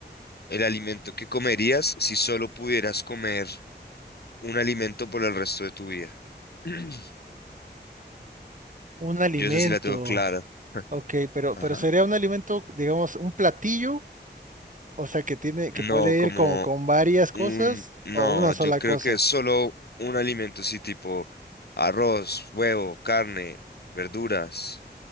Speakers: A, on the left; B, on the right.
A: el alimento que comerías si solo pudieras comer un alimento por el resto de tu vida? <clears throat>
B: un alimento.
A: Yo esa sí la tengo clara. <laughs>
B: Ok, pero,
A: Ajá.
B: pero sería un alimento, digamos, un platillo, o sea, que tiene, que
A: No,
B: puede
A: como
B: ir con, con varias cosas
A: un... No,
B: o una sola
A: yo creo
B: cosa.
A: que solo un alimento, sí, tipo arroz, huevo, carne, verduras.